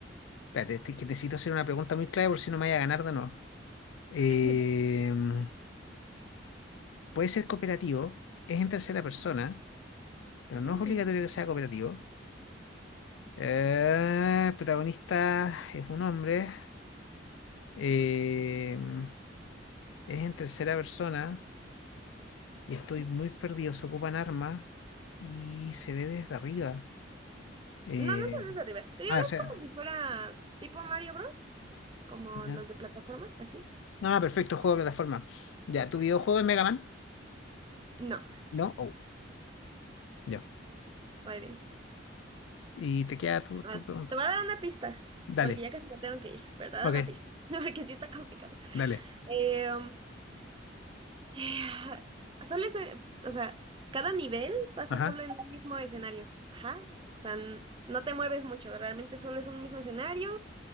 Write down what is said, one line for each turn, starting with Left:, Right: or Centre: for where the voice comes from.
Left: Espérate, este- que necesito hacer una pregunta muy clara por si no me vaya a ganar de nuevo. Em,
Right: <laughs>
Left: puede ser cooperativo. Es en tercera persona, pero no
Right: Ujú.
Left: es obligatorio que sea cooperativo. Eh, el protagonista es un hombre. Em, Es en tercera persona y estoy muy perdido. Se ocupan armas y se ve desde arriba. Eh,
Right: No, no son los de arriba. Te digo,
Left: ah, o sea.
Right: es como si fuera tipo Mario Bros, como
Left: ya.
Right: los de plataforma, así.
Left: Ah, perfecto, juego de plataforma. Ya, ¿tu videojuego es Mega Man?
Right: No,
Left: ¿No? Oh, ya.
Right: vale.
Left: Y te queda tu, tu
Right: Va,
Left: pregunta.
Right: Te voy a dar una pista,
Left: Dale.
Right: porque ya casi me tengo que ir, pero te voy
Left: Ok,
Right: a dar una pista, <laughs> porque sí está complicado.
Left: dale.
Right: Em, Eh, solo ese, o sea, cada nivel pasa
Left: Ajá,
Right: solo en un mismo escenario. Ajá. O sea, n- no te mueves mucho, realmente solo es un mismo escenario